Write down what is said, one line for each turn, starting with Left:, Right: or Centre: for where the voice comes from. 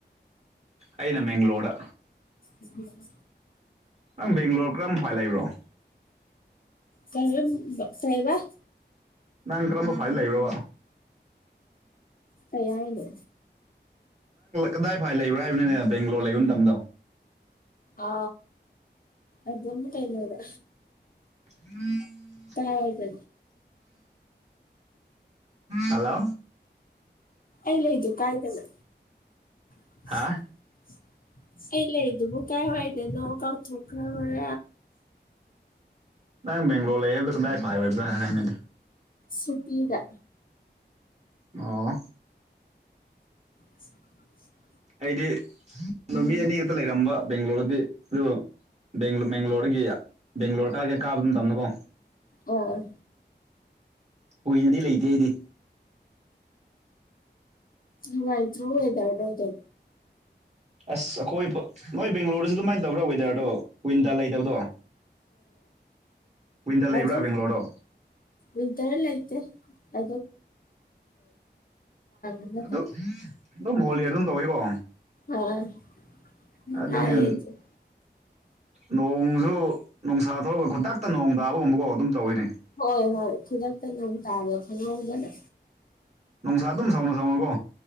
Right: ꯑꯩꯅ ꯃꯦꯡꯒ꯭ꯂꯣꯔꯗ
Left: ꯎꯝ
Right: ꯅꯪ ꯕꯦꯡꯒ꯭ꯂꯣꯔ ꯀꯔꯝ ꯐꯥꯏ ꯂꯩꯕ꯭ꯔꯣ
Left: ꯀꯩꯅ ꯀꯕ
Right: ꯅꯪ ꯀꯔꯝꯕ ꯐꯥꯏꯜ ꯂꯩꯕꯕꯥ
Left: ꯀꯩ ꯍꯥꯏꯂ
Right: ꯀꯗꯥꯏ ꯐꯥꯏ ꯂꯩꯕ꯭ꯔꯥ ꯍꯥꯏꯕꯅꯤꯅꯦ ꯕꯦꯡꯒ꯭ꯂꯣꯔ ꯂꯩꯕ ꯃꯇꯝꯗꯣ
Left: ꯑ ꯑꯗꯨ ꯀꯩꯩꯅꯗ
Right: ꯎꯝ
Left: ꯍꯗꯤ
Right: ꯍꯜꯂꯣ
Left: ꯏꯂ ꯏꯗꯨꯒꯂ ꯏ ꯀꯥꯏꯗꯅ <inaudible>
Right: ꯍꯥ
Left: ꯑꯩ ꯂꯩꯗꯨꯕꯨꯣ ꯀꯥꯏ ꯍꯥꯏꯥꯏꯗ ꯅ ꯀꯥꯎ ꯊ ꯈꯔꯕꯔꯦ
Right: ꯅꯪ ꯕꯦꯡ꯭ꯂꯣꯔ ꯂꯩ ꯍꯥꯏꯕꯗꯨꯣ ꯗꯥꯏꯐꯥꯏ ꯑꯣꯏꯕ꯭ꯔ ꯍꯥꯏꯅꯗꯦ
Left: ꯁꯨꯄꯔ
Right: ꯑꯣ
Left: ꯑ
Right: ꯑꯩꯗꯤ ꯅꯨꯃꯤ ꯑꯅꯤ ꯈꯛꯇ ꯂꯩꯔꯝꯕ ꯕꯦꯡꯒꯂꯣꯔꯗꯤ ꯑꯗꯨꯕꯨ ꯕ ꯕꯦꯡꯒ꯭ꯂꯣꯔꯒꯤ ꯕꯦꯡꯒ꯭ꯂꯣꯔ ꯀꯥꯒ ꯀꯥꯕ ꯑꯗꯨꯝ ꯇꯝꯅꯀꯣ
Left: ꯑ
Right: ꯀꯨꯏꯅꯗꯤ ꯂꯩꯇꯦ ꯑꯩꯗꯤ
Left: ꯍꯅꯨꯡꯣꯏꯥꯏ꯭ꯔꯣ ꯑꯣꯏꯔꯣꯗ
Right: ꯑꯁ ꯑꯩꯈꯣꯏ ꯅꯣꯏ ꯕꯦꯡꯒ꯭ꯂꯣꯔꯁꯨ ꯑꯗꯨꯃꯥꯏꯅ ꯇꯧꯕ꯭ꯔꯥ ꯋꯦꯗꯔꯗꯣ ꯋꯤꯟꯗ ꯂꯩꯗꯕꯗꯣ ꯋꯤꯟꯇꯔ
Left: ꯑ
Right: ꯂꯩꯕ꯭ꯔꯥ
Left: ꯑꯗ
Right: ꯕꯦꯡꯒ꯭ꯂꯣꯔꯗꯣ
Left: ꯏꯟ ꯇꯔꯂꯥꯏꯇ ꯑ ꯑꯃꯗ
Right: ꯑꯗꯨ ꯑꯗꯨꯝ ꯍꯣꯜꯂꯤ ꯑꯗꯨꯝ ꯇꯧꯋꯀꯣ
Left: ꯑꯥ ꯅꯨꯡꯉꯥꯏꯌꯦ
Right: ꯑꯗꯨꯅꯦ
Left: ꯑꯗꯨꯝ
Right: ꯅꯣꯡꯁꯨ ꯅꯨꯡꯁꯥ ꯊꯣꯛꯂꯒ ꯈꯨꯇꯛꯇ ꯅꯣꯡ ꯇꯥꯕꯒꯨꯝꯕꯀꯧ ꯑꯗꯨꯝ ꯇꯧꯋꯅꯤ
Left: ꯍꯣꯏ ꯍꯣꯏ ꯈꯨꯗꯛꯇ ꯑꯗꯨ ꯇꯥꯔꯣ ꯈꯪꯉꯧꯒꯅ
Right: ꯅꯨꯡꯁꯥ ꯑꯗꯨꯝ ꯁꯥꯎꯅ ꯁꯥꯎꯅꯀꯣ